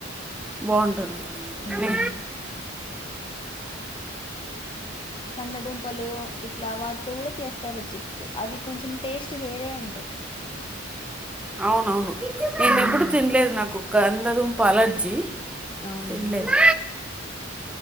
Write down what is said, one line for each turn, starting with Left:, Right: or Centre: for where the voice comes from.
Centre: బాగుంటుంది
Left: ఉమ్
Centre: మీ
Left: కందదుంపలు ఇట్లా వాటితో కూడా చేస్తారు చిప్స్ అవి కొంచెం టేస్ట్ వేరే ఉంటాయి
Centre: అవునవును నేను
Left: ఉమ్
Centre: ఎప్పుడు తినలేదు నాకు గందదుంప అలర్జి
Left: అవునులే
Centre: తినలేదు